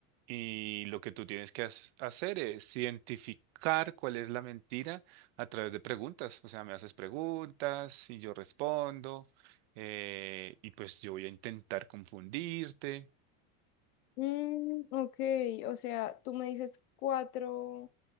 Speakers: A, on the right (about 50°); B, on the left (about 80°).
A: Y lo que tú tienes que has- hacer es identificar cuál es la mentira a través de preguntas. O sea, me haces preguntas y yo respondo. eh, y pues yo voy a intentar confundirte.
B: Mm, ok, o sea, tú me dices cuatro